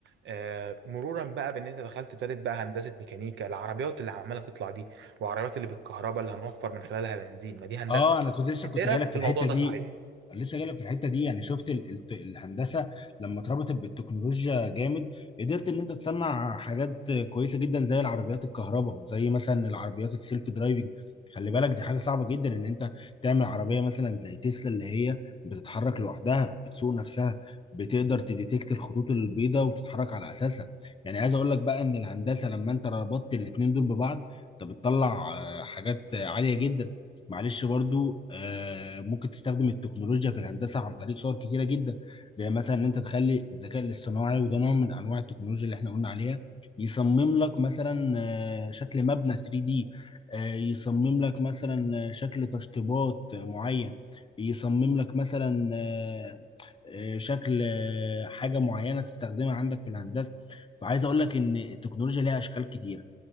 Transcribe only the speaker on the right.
آه، مرورا بقى بان انت دخلت ابتدت بقى هندسه ميكانيكا العربيات اللي عماله تطلع دي وعربيات اللي بالكهرباء اللي هنوفر من خلالها بنزين ما دي هندسه
انت
ايه رايك
في
الموضوع
ده
صحيح